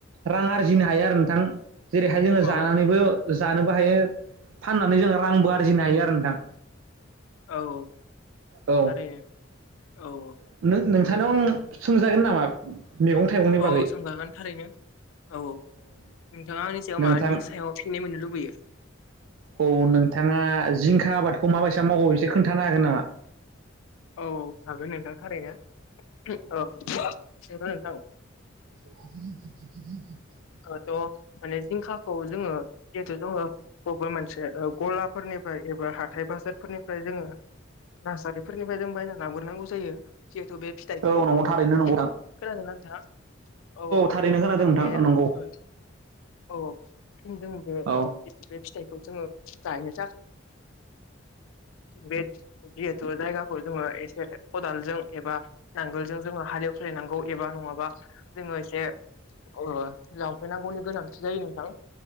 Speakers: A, on the right; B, on the left.
A: रां आरजिनो हायो आरो नोंथां जेरैहाय जोङो
B: औ
A: जानानैबो जानोबो हायो फाननानै जों रांबो आरजिनो हायो आरो नोंथां
B: औ थारैनो
A: औ
B: औ
A: नोंथांनाव आं सोंजागोन नामा मैगं थाइगंनि
B: औ
A: बागै
B: सोंजागोन थारैनो औ औ नोंथाङा आंनि
A: नोंथां
B: सायाव मानि सायाव फिननाय मोननो लुबैयो
A: औ नोंथाङा जिंखा आबादखौ माबायसा मावो बेसोर खोन्थानो हागोन नामा
B: औ हागोन नोंथां थारैनो औ एसेथ नोंथां
A: <inaudible>
B: थ' माने जिंखाखौ जोङो जिहेथु जोङो ओ बबेबा मोनसे गलाफोरनिफ्राय एबा हाथाय बाजारफोरनिफ्राय जोङो न फोरनिफ्राय जों बायना लागोरनांगौ जायो जिहेथु बे फिथाइखौ
A: औ नंगौ थारैनो नंगौ
B: उम
A: नोंथां
B: खोनादों ना नोंथां औ औ
A: थारैनो खोनादों
B: जों
A: नोंथां
B: बे
A: नंगौ
B: ओ औ औ जों बे
A: औ
B: ओ बे फिथाइखौ जोङो गायनाय बे ओ <inaudible> जायगाखौ जोङो एसे खदालजों एबा नांगोलजों जोंङो हालेव सोलिनांगौ एबा नंआबा जोङो एसे अ लांफैनांगौनि गोनांथि जायो नोंथां